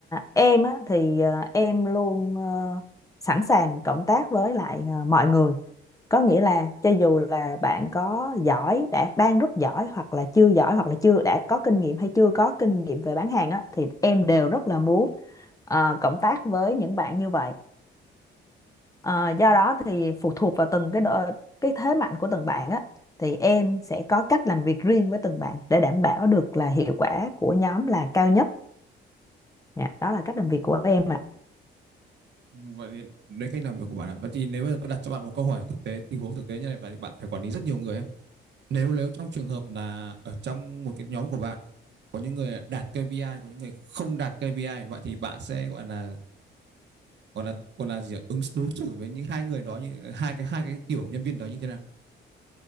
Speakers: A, on the left; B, on the right.
A: em á, thì ờ, em luôn ờ, sẵn sàng cộng tác với lại ờ, mọi người có nghĩa là cho dù là bạn có giỏi đã đang rất giỏi hoặc là chưa giỏi hoặc là chưa đã có kinh nghiệm hay chưa có kinh nghiệm về bán hàng á, thì em đều rất là muốn ờ, cộng tác với những bạn như vậy Ờ, do đó thì phụ thuộc vào từng cái độ, cái thế mạnh của từng bạn á thì em sẽ có cách làm việc riêng với từng bạn để đảm bảo được là hiệu quả của nhóm là cao nhất Dạ, đó là cách làm việc của em
B: Ừ, vậy thì đấy cách làm việc của bạn ạ. vậy thì nếu bây giờ tôi đặt cho bạn một câu hỏi thực tế tình huống thực tế như này và bạn phải quản lý rất nhiều người ấy. nếu nếu trong trường hợp là ở trong một cái nhóm của bạn có những người đạt KPI có những người không đạt KPI vậy thì bạn sẽ gọi là gọi là gọi là gì ạ? ứng đối xử với những hai người đó như hai cái hai cái kiểu nhân viên đó như thế nào